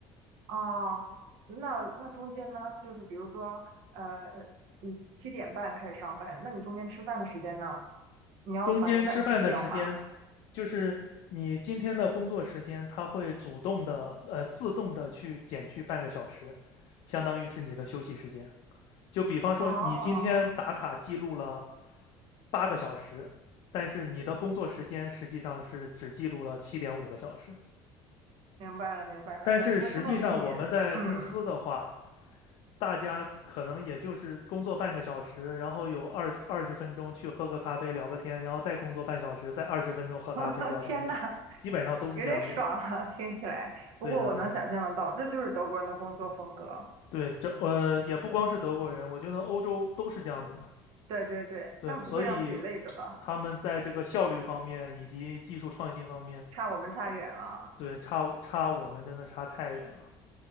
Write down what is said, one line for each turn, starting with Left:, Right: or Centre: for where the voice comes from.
Right: 哦，那那中间呢，就是比如说，呃，你七点半开始上班，那你中间吃饭的时间呢，你要把它暂停掉吗？
Left: 中间吃饭的时间，就是你今天的工作时间，它会主动的呃自动的去减去半个小时，相当于是你的休息时间。就比方说，
Right: 哦，
Left: 你今天打卡记录了八个小时，但是你的工作时间实际上是只记录了七点五个小时。
Right: 明白了，明白了，
Left: 但是实际上我们在公司的话，
Right: 等于它自动给你，嗯。
Left: 大家可能也就是工作半个小时，然后有二二十分钟去喝个咖啡聊个天，然后再工作半小时，再二十分钟喝咖啡聊天，
Right: <laughs> 天呐，
Left: 这样基本上都是这样子的。
Right: 有点爽啊，<laughs> 听起来。不过我能想象得到，
Left: 对的，对的，
Right: 这就是德国人的工作风格。
Left: 对，这呃也不光是德国人，我觉得欧洲都是这样子的。
Right: 对对对，
Left: 对，
Right: 他们不会让自己累着的，
Left: 所以他们在这个效率方面以及技术创新方面，
Right: 差我们差远了啊
Left: 对，差差我们真的差太远了。